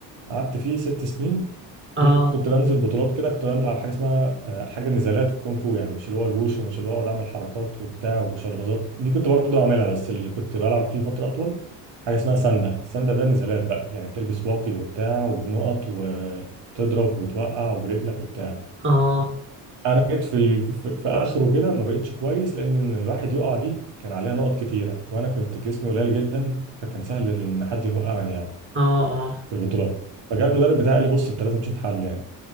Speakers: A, on the right; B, on the right.
A: قعدت فيه ست سنين
B: اه
A: جيت كنت بنزل بطولات كده كنت بلعب حاجه اسمها آه، حاجه نزالات في الكونغ فو يعني مش اللي هو الوش ومش اللي هو اقعد اعمل حركات وبتاع وشلبازات دي كنت برضه اعملها بس اللي كنت بلعب فيه فتره اطول حاجه اسمها ساندا الساندا ده نزالات بقى يعني تلبس واقي وبتاع وبنقط وتضرب وتوقع وبرجلك وبتاع
B: اه
A: انا جيت في ال... في في اخره كده ما بقتش كويس لان إن الواحد يقع دي كان عليها نقط كتيره وانا كنت جسمي قليل جدا فكان سهل ان حد يوقعني يعني
B: اه اه
A: في البطولات فجاء المدرب بتاعي قال لي بص انت لازم تشوف حل يعني